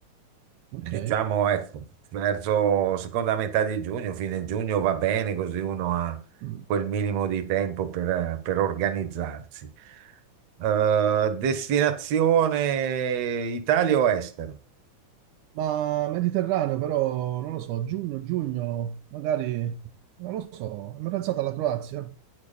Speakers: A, on the right; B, on the right.
A: Ok.
B: Diciamo, ecco, verso seconda metà di giugno, fine giugno va bene, così uno ha
A: Mm.
B: quel minimo di tempo per, per organizzarsi. Eh, destinazione Italia o estero?
A: Ma Mediterraneo però, non lo so, giugno, giugno, magari, non lo so, mi pensato alla Croazia?